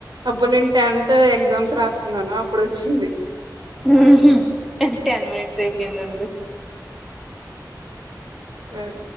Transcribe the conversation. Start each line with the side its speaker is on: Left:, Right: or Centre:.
Right: అప్పుడు నేను టెన్త్ ఎగ్జామ్స్ రాస్తూన్నాన అప్పుడు వచ్చింది
Centre: ఉహూ టెన్ మనిట్స్ అయిపోయిందండి
Right: ఉమ్